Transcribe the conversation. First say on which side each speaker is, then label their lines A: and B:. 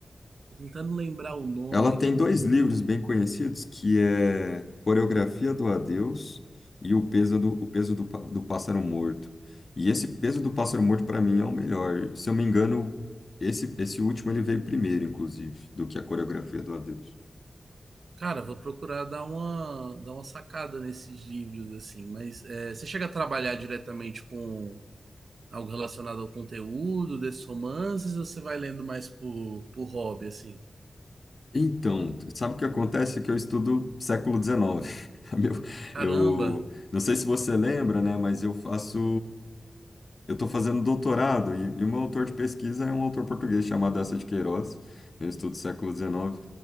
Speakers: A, on the right (about 70°); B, on the left (about 50°).
A: Tô tentando lembrar o nome
B: Ela
A: aqui
B: tem
A: do
B: dois
A: livro.
B: livros bem conhecidos, que é Coreografia do Adeus e O Peso do, o Peso do, Pá- do Pássaro Morto. E esse Peso do Pássaro Morto, para mim, é o melhor. Se eu me engano, esse, esse último ele veio primeiro, inclusive, do que a Coreografia do Adeus.
A: Cara, vou procurar dar uma, dar uma sacada nesses livros, assim. Mas é, você chega a trabalhar diretamente com algo relacionado ao conteúdo desses romances ou você vai lendo mais por, por hobby, assim?
B: Então, sabe o que acontece? Que eu estudo século XIX. <laughs> Meu,
A: Caramba!
B: Eu não sei se você lembra, né? Mas eu faço. Eu estou fazendo doutorado e, e o meu autor de pesquisa é um autor português chamado Eça de Queiroz. Eu estudo século XIX.